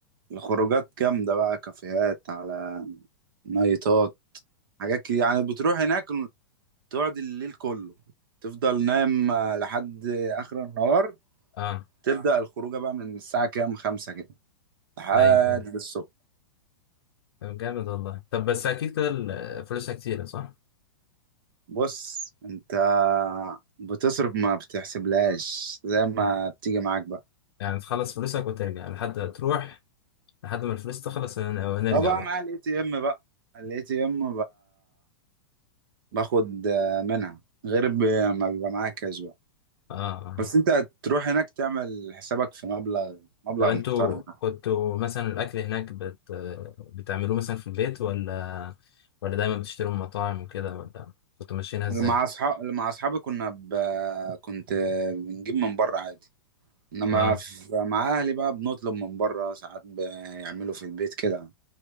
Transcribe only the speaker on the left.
اه
ايوه ايوه
طب جامد والله طب بس اكيد كده ال- فلوسها كتيرة صح
يعني تخلص فلوسك وترجع لحد تروح لحد ما الفلوس تخلص ون- ونرجع
بقى
اه آه.
طب انتوا
كنتوا مثلا الاكل هناك بت... بتعملوه مثلا في البيت ولا ولا دايما بتشتروا من مطاعم وكده ولا كنتوا ماشيينها ازاي
اه